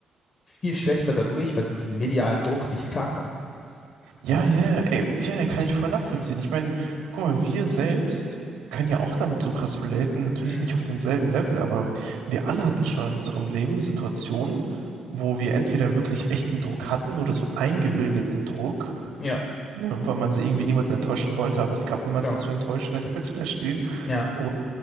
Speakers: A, on the left (about 50°); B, on the right (about 90°).
A: viel schlechter dadurch, weil sie mit diesem medialen Druck nicht klarkommen.
B: Ja,
A: So.
B: ja, ja, ey, ja, ja, kann ich voll nachvollziehen. Ich meine, guck mal, wir selbst können ja auch damit so krass relaten, natürlich
A: Mhm.
B: nicht auf demselben Level, aber wir alle hatten schon in unserem Leben Situationen, wo wir entweder wirklich echten Druck hatten oder so eingebildeten
A: Mhm.
B: Druck,
A: Ja,
B: ne, weil man sie irgendwie niemanden enttäuschen wollte, aber es gab niemanden
A: ja,
B: zu enttäuschen, jetzt als Beispiel.
A: ja,
B: Und